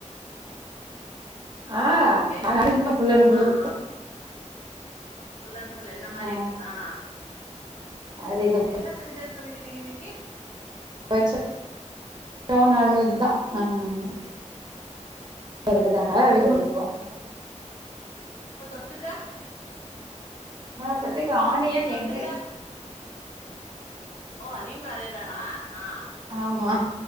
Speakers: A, on the left (about 75°); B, on the right (about 35°).
A: உம்
B: ஆ
A: கேக்குத்
B: நான் நான்வெஜ் தான் ஃபுல் அண்ட் ஃபுல்
A: ஆஹ் ஆஹ் ஃபுல் அண்ட் ஃபுல் என்ன மாரி
B: ஆ
A: ஆஹ்
B: அதிகபட்சம்
A: என்ன செஞ்ச சொன்னீங்க நீங்க இன்னைக்கு
B: வெஜ் சோ நான்வெஜ் தான் ஆஹ் சொல்றதுக்காக வீட்டுக்கு வந்து இருக்கோம்
A: அப்ப தொட்டுக்கா
B: ஆ தொட்டுக்க ஆனியன்
A: தொட்டுக்கா
B: எக்கு
A: ஓ நீங்களும் அதே தானா ஆஹ
B: ஆமா